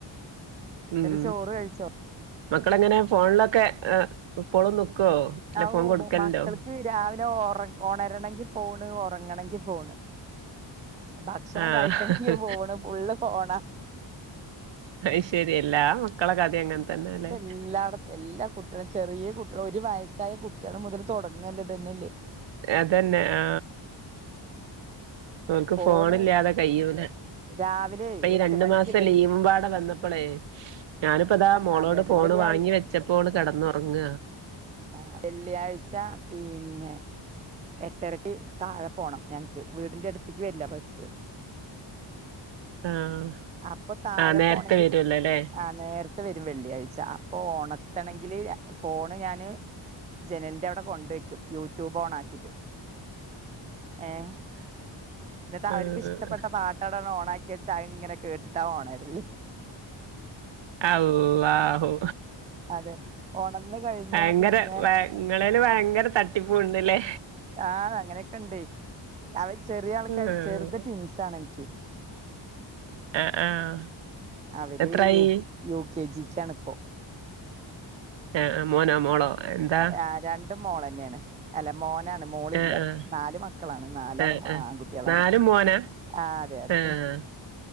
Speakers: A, on the right (about 15°); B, on the right (about 65°).
A: <unintelligible>
B: ഉം
A: ചോറ് കഴിച്ചോ?
B: മക്കളെങ്ങനെ ഫോൺലൊക്കെ ഏ ഇപ്പളും നിക്കോ അല്ല
A: ആ
B: ഫോൺ
A: ഓ
B: കൊട്ക്കല്ണ്ടോ?
A: മ- മക്കൾക്ക് രാവിലെ ഒറ ഒണരണങ്കി ഫോണ് ഒറങ്ങണെങ്കി ഫോണ് ഭക്ഷണം
B: ആഹ്
A: കഴിക്കണെങ്കി ഫോണ് ഫുള്ള് ഫോണ.
B: അഹ്ശരി എല്ലാ മക്കളെ കഥയും അങ്ങൻ തന്നെ അല്ലേ.
A: ഇപ്പ എല്ലായിടത്തും എല്ലാ കുട്ട്യളും ചെറിയ കുട്ട്യളും ഒരു വയസ്സായ കുട്ട്യള് മുതൽ തൊടങ്ങല്ലത് ഇതന്നെല്ലേ.
B: അതന്നെ ആ ഓൽക്ക്
A: ഫോണ്
B: ഫോണില്ലാതെ കയ്യൂല.
A: രാവിലെ
B: ഇപ്പ ഈ
A: എട്ട്
B: രണ്ട്
A: മണിക്ക്
B: മാസം
A: വെ
B: ലീവും പാടെ വന്നപ്പളേ ഞാന്പ്പതാ മോളോട്
A: അതെ അതെ
B: ഫോണ്
A: വെള്ളിയാഴ്ച
B: വാങ്ങി വെച്ചപ്പോള് കെടന്നൊറങ്ങ.
A: ആഹ് വെള്ളിയാഴ്ച പിന്നെ എട്ടരയ്ക്ക് താഴെ പോണം ഞങ്ങക്ക് വീടിന്റെ അടുത്തേക്ക് വരില്ല ബസ്സ്
B: ആഹ്
A: അപ്പൊ താഴെ
B: ആ നേരത്തെ
A: പോണെങ്കി
B: വരുല്ലോ അല്ലേ
A: ആ നേരത്തെ വരും വെള്ളിയാഴ്ച അപ്പൊ ഒണർത്തണെങ്കില് ഫോണ് ഞാന് ജനലിന്റെ അവിടെ കൊണ്ട് വയ്ക്കും യൂട്യൂബ് ഓൺ ആക്കിയിട്ട്. ഏഹ് എന്നിട്ട് അവര്ക്ക്
B: ആഹ്
A: ഇഷ്ടപ്പെട്ട പാട്ടങ്ങട് ഓണാക്കി ക്കി വെച്ചാ അത് ഇങ്ങനെ കേട്ടിട്ടാ ഒണരൽ
B: അള്ളാഹു
A: അതെ ഒണന്ന് കഴിഞ്ഞാ
B: അങ്ങനെ
A: പിന്നെ
B: ഭ ഇങ്ങളേല് ഭയങ്കര തട്ടിപ്പൂണ്ട്ല്ലേ
A: ആഹ് അങ്ങനെയൊക്കെണ്ട് അവര് ചെറിയ ആൾക്കാര്
B: ആഹ്
A: ചെറുത് ട്വിൻസാണെനിക്ക്
B: ആഹ് ആഹ്
A: അവര്
B: എത്രായി?
A: യു കേ യു കെ ജിക്കാണ് ഇപ്പോ
B: എഹ് മോനോ മോളോ എന്താ?
A: ആ രണ്ടും മോളന്നെണ് അല്ല മോനാണ് മോളില്ല
B: ആഹ് ആഹ്
A: നാല് മക്ക മക്കളാണ് നാലാളും
B: ആഹ് ആഹ്
A: ആൺകുട്ടികളാണ്
B: നാലും മോനാ?
A: ആ അതെ അതെ
B: ആഹ്